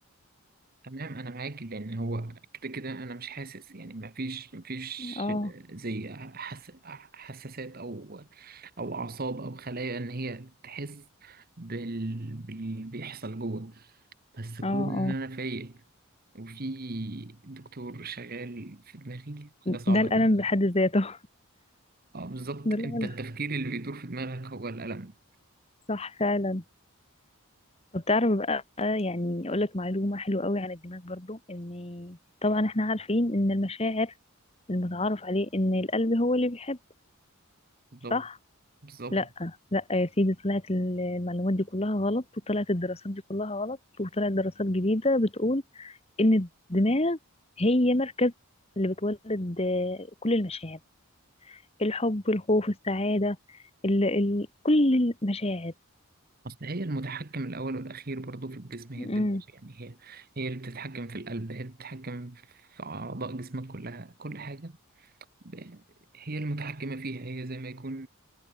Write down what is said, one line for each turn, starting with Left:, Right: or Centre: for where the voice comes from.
Right: تمام أنا معاك لأن هو كده كده أنا مش حاسس يعني مفيش مفيش
Left: اه
Right: زي حس حساسات أو أو أعصاب أو خلايا إن هي تحس بال... باللي بيحصل جوه بس كون
Left: اه اه
Right: إن أنا فايق وفي دكتور شغال في دماغي حاجة صعبة
Left: ده الألم
Right: أوي
Left: بحد ذاته
Right: اه بالظبط
Left: بالعلا
Right: أنت التفكير اللي بيدور في دماغك هو الألم
Left: صح فعلا طب تعرف بقى يعني اقول لك معلومة حلوة قوي عن الدماغ برضو ان طبعا احنا عارفين ان المشاعر المتعارف عليه ان القلب هو اللي بيحب
Right: بالظبط
Left: صح
Right: بالظبط
Left: لا لا يا سيدي طلعت المعلومات دي كلها غلط وطلعت الدراسات دي كلها غلط وطلعت دراسات جديدة بتقول ان الدماغ هي مركز اللي بتولد آه، كل المشاعر الحب الخوف السعادة ال ال كل المشاعر
Right: أصل هي المتحكم الأول والأخير برضو في الجسم هي
Left: مم.
Right: الدماغ يعني هي هي اللي بتتحكم في القلب هي اللي بتتحكم في أعضاء جسمك كلها كل حاجة ب- هي المتحكمة فيها هي زي ما يكون